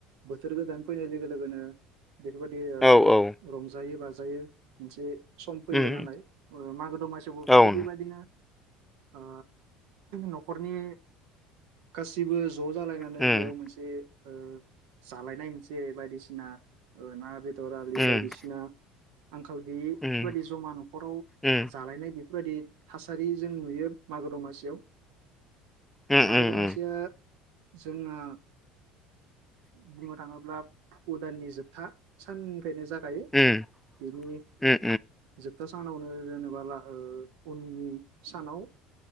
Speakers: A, on the right; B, in the centre.
A: बोथोर गोदान फैनाय लोगो लोगोनो। बेफोरबायदि ओ
B: औ औ
A: रंजायो बाजा जायो मोनसे सम फैयो
B: उम
A: नालाय ओ मागो दमासियावबो
B: औ
A: थिग
B: उम
A: बेबायदिनो ओ नखरनि गासिबो ज जालायनानै
B: उम
A: बेयाव मोनसे ओ‌ जालायनाय मोनसे बायदिसिना औ ना बेद दरालि
B: उम
A: बायदिसिना आंखाल गैयि बेफोरबायाददि
B: उम
A: जमा नखराव
B: उम
A: जालायनाय बेफोर बेफोरबायाददि थासारि जों नुयो मागो दमासियाव।
B: उम
A: मागो
B: उम
A: दमासिया जोङो बुंनो थाङोब्ला उदांनि जोब था साननिफ्रायनो जाग थायो
B: उम
A: बिनि
B: उम उम
A: जोब सोबथा सानावनो जेनेबा उननि सानाव